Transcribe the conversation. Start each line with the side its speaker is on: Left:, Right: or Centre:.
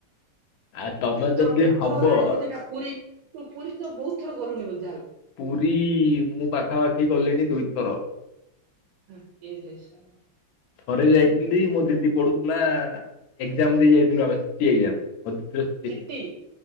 Left: ଆ ତମେ
Right: ତୋର
Left: ଯଦି
Right: କେତେଥର
Left: ହବ
Right: ହେଲାଣି ବୋଧେ ଏଟା ପୁରୀ ତୁ ପୁରୀ ତ ବହୁତ ଥର ଗଲୁଣି ବ
Left: ପୁରୀ-ଇ, ମୁଁ ପାଖାପାଖି ଗଲିଣି ଦୁଇଥର।
Right: ହ ଏରେ ସାଲା।
Left: ଥରେ ଯାଇଥିଲି ମୋ ଦିଦି ପଢୁଥିଲା, ଏକ୍ଜାମ ଦେଇ ଯାଇଥିଲୁ ଆମେ। C T exam. ମ ଦିଦି ର ସି ତି
Right: ଛିଟି
Left: ଏକ୍ଜାମ।